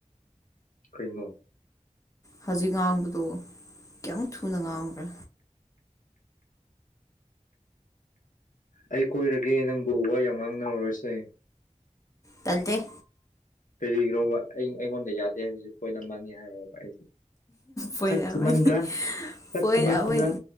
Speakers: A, on the left (about 85°); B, on the left (about 25°).
A: ꯀꯩꯩꯅꯣ
B: ꯍꯧꯖꯤꯛ ꯉꯥꯡꯕꯗꯣ ꯀꯩ ꯊꯨꯅ ꯉꯥꯡꯈ꯭ꯔꯦ
A: ꯑꯩ ꯀꯣꯏꯔꯒꯦ ꯅꯪꯕꯨꯕ ꯌꯥꯝ ꯃꯥꯡꯅꯧꯔꯔꯁꯦ
B: ꯆꯪꯗꯦ
A: ꯂꯩꯕꯤꯈ꯭ꯔꯣꯕ ꯑꯩ ꯑꯩꯉꯣꯟꯗ ꯌꯥꯗꯦ ꯍꯥꯏꯕꯕꯁꯤꯦ ꯄꯣꯏꯟ ꯑꯃꯅꯤꯅꯤ ꯍꯥꯏꯔꯕ ꯑꯩꯒꯤ
B: ꯄꯣꯏꯟ
A: ꯁꯛ
B: ꯑꯃꯅꯤ
A: ꯊꯤꯃꯟꯕ꯭ꯔꯥꯛ
B: ꯄꯣꯏꯟ
A: ꯊꯤꯃꯟꯕ꯭ꯔꯥ
B: ꯑꯃꯅꯤ